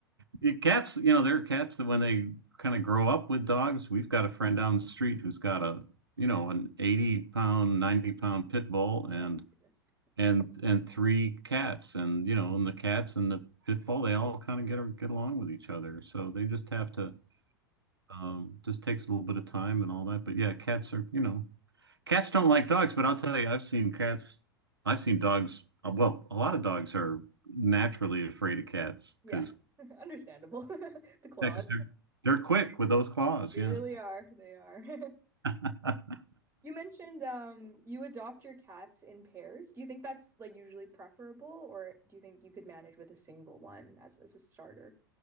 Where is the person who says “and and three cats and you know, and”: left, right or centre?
Right